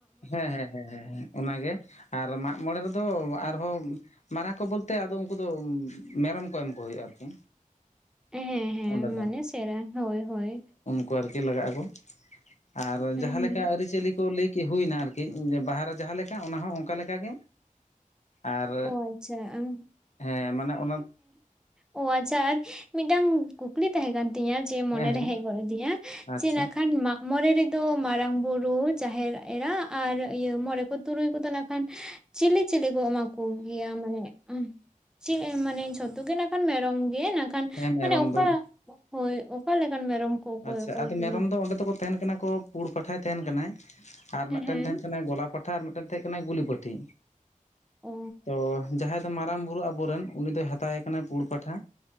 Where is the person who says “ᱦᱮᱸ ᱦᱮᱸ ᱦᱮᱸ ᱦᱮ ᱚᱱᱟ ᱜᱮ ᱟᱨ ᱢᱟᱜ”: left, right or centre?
Left